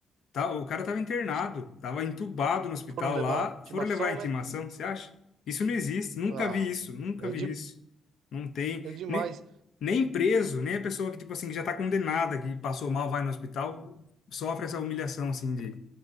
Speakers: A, on the left; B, on the right.
A: Tá- o cara tava internado,
B: Se
A: tava entubado no hospital
B: for levar
A: lá,
B: a intimação,
A: foram levar a intimação,
B: né?
A: você acha? Isso não existe, nunca
B: Ah,
A: vi isso, nunca
B: é,
A: vi
B: de,
A: isso. Não tem,
B: é demais.
A: nem, nem preso, nem a pessoa que, tipo assim, que já tá condenada, que passou mal, vai no hospital, sofre essa humilhação, assim, de,